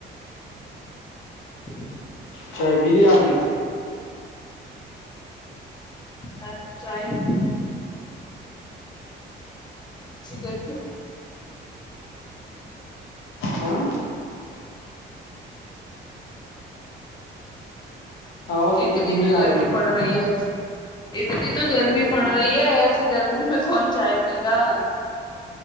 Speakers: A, on the left; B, on the left.
A: <inaudible>
B: چائے پی لی آپ نے
A: چائے چائے اسی ساب
B: ہاں آواز
A: اتنی
B: تھوڑی دھیمی
A: تو گرمی
B: آ
A: پڑ رہی ہے اتنی تو گرمی پڑ رہی ہے ایسی گرمی میں کون چائے پی گا